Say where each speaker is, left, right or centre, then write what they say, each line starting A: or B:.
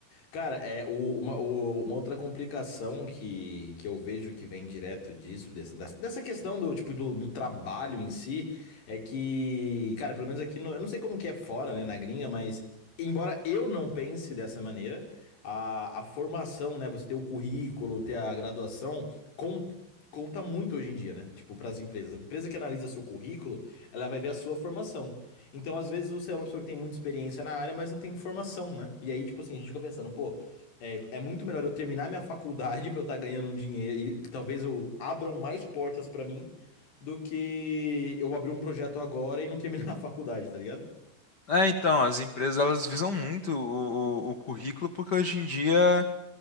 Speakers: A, on the left; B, on the left.
A: Cara, é, o- uma, o- uma outra complicação que, que eu vejo que vem direto disso, dessa, dessa dessa questão do tipo do, do trabalho em si, é que, cara, pelo menos aqui, no- eu não sei como que é fora, né, na gringa, mas embora eu não pense dessa maneira, a, a formação, né, você ter o currículo, ter a graduação, con- conta muito hoje em dia, né? Tipo, para as empresas. A empresa que analisa seu currículo, ela vai ver a sua formação. Então, às vezes, você é uma pessoa que tem muita experiência na área, mas não tem formação, né? E aí, tipo assim, a gente fica pensando, pô, é, é muito melhor eu terminar minha faculdade <laughs> pra eu estar ganhando um dinheiro e talvez eu abram mais portas pra mim do que eu abrir um projeto agora e não terminar <laughs> a faculdade, tá ligado?
B: É, então, as empresas elas visam muito o, o o currículo porque hoje em dia